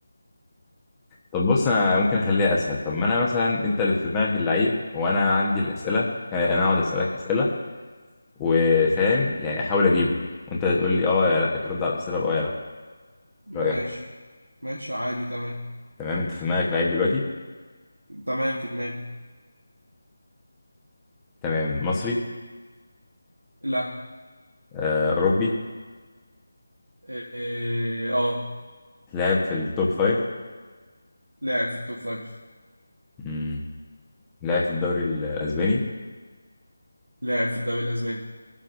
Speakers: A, on the left; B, on the right.
A: طب بص انا ممكن اخليها اسهل طب ما انا مثلا انت اللي في دماغك اللعيب وانا عندي الاسئله آه انا اقعد اسالك اسئله وفاهم يعني احاول اجيبه وانت تقول لي اه يا لا ترد على الاسئله باه يا لا
B: ماشي
A: إيه رايك
B: ماشي عادي تمام
A: تمام انت في دماغك لعيب دلوقتي
B: تمام في دماغي
A: تمام مصري
B: لا
A: آه اوروبي
B: إيه، اه
A: لعب في التوب فايف
B: لاعب في التوب فايف
A: مم. لعب في الدوري الاسباني
B: لاعب في الدوري الاسباني